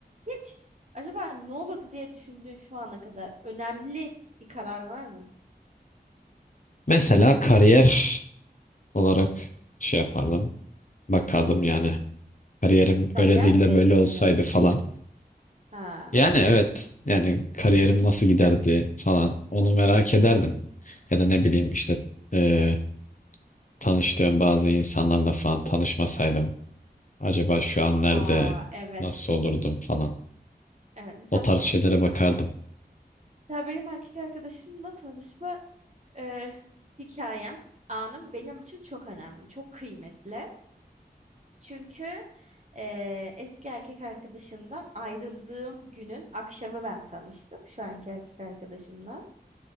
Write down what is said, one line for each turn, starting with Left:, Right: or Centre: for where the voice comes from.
Right: hiç acaba ne olurdu diye düşündüğün şu ana kadar önemli bir karar var mı?
Left: Mesela kariyer olarak şey yapardım. Bakardım
Right: Hmm.
Left: yani. Kariyerim
Right: Kariyer
Left: öyle değil
Right: mi
Left: de
Right: değiştirdin?
Left: böyle olsaydı falan.
Right: Ha,
Left: Yani
Right: o şekilde.
Left: evet. Yani kariyerim nasıl giderdi falan. Onu merak ederdim. Ya da ne bileyim işte e, tanıştığım bazı insanlarla falan tanışmasaydım. Acaba şu an nerede
Right: Aa, evet.
Left: nasıl olurdum falan.
Right: Evet, mesela
Left: O tarz
Right: benim
Left: şeylere bakardım.
Right: mesela benim erkek arkadaşımla tanışma e, hikayem, anım benim için çok önemli, çok kıymetli. Çünkü eee, eski erkek arkadaşımdan ayrıldığım günün akşamı ben tanıştım şu anki erkek arkadaşımla.